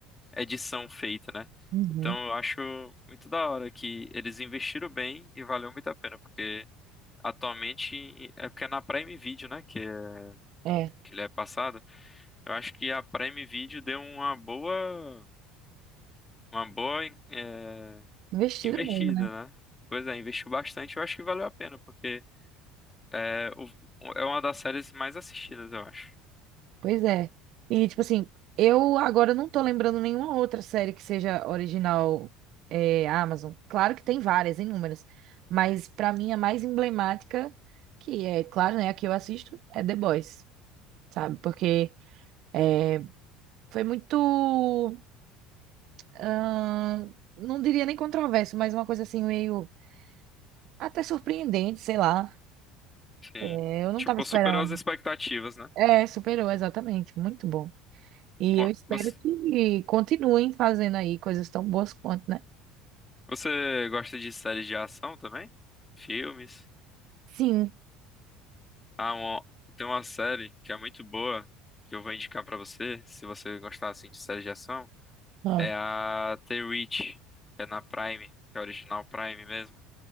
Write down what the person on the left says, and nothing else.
edição feita, né?
Então eu acho muito da hora que eles investiram bem e valeu muito a pena, porque atualmente é porque é na Prime Video, né? Que, é,
que ele é passado. Eu acho que a Prime Video deu uma boa. Uma boa, eh,
investida,
né? Pois é, investiu bastante, eu acho que valeu a pena, porque é, o- é uma das séries mais assistidas, eu acho.
Sim.
Tipo,
superou as expectativas, né?
Ó,
Você,
você gosta de séries de ação também? Filmes?
Ah, uma- tem uma série que é muito boa, que eu vou indicar pra você, se você gostar assim de séries de ação,
é a The Reach, que é na Prime, que é original Prime mesmo,